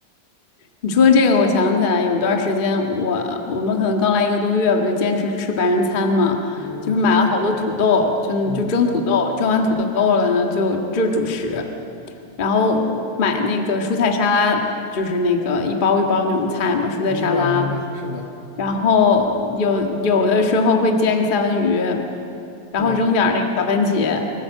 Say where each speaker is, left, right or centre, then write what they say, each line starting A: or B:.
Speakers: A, on the left (about 25°); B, on the left (about 50°).
A: 你说这个，我想起来有段儿时间我，我们可能刚来一个多月，不就坚持吃白人餐嘛，
B: 嗯
A: 就是买了好多土豆，就就蒸土豆，
B: 嗯，
A: 蒸完土豆了呢，就就是主食，然后买那个蔬菜沙拉，就是那个一包一包那种菜嘛，蔬菜沙拉，
B: 明白明白，是的，
A: 然后有有的时候会煎个三文鱼，然后扔点儿那个小番茄
B: 对，